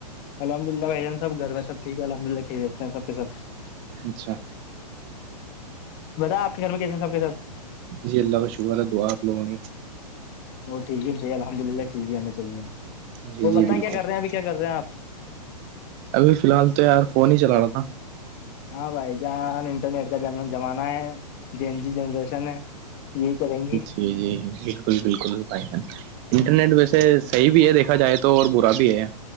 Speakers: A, on the left (about 35°); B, on the right (about 30°).
A: الحمدلہ بھائی جان سب گھر میںبٹھیک ہے الحمد للہ کھی لیتے ہیں سب سب
B: اچھا
A: بتا آ کے گھر میں کیسے سب کے سب
B: جی اللہ کا شکر ہے دعاپ لوگوں گی
A: اور ٹیک ہے چیے الحمد للہ ٹھیک ہے آنا چاہیے
B: جی
A: وہ
B: جی
A: بتائیں
B: بالکل
A: کیا کر رہے ہیں ابھی کیا کر رہے ہیں آپ
B: ابھی فی الحال تو یار فون ہی چلا رہا تھا
A: ہاں بھائی جان انٹرنیٹ کا جم جمانہ ہے جین جی جنریشن ہے یہی کریں گے
B: جی جی بالکل بالکل بھائی جان انٹرنیٹ ویسے صحیح بھی ہے دیکھا جائے تو اور برا بھی ہے